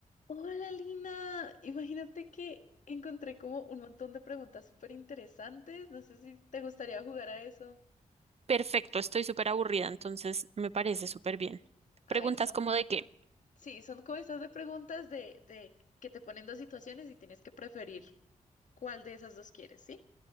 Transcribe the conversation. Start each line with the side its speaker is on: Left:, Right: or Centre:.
Left: Hola Lina, imagínate que encontré como un montón de preguntas súper interesantes. No sé si te gustaría jugar a eso.
Right: Perfecto, estoy súper aburrida, entonces me parece súper bien.
Left: A
Right: Preguntas
Left: ver, son,
Right: como de qué.
Left: sí, son como estas de preguntas de, de que te ponen dos situaciones y tienes que preferir cuál de esas dos quieres, ¿sí?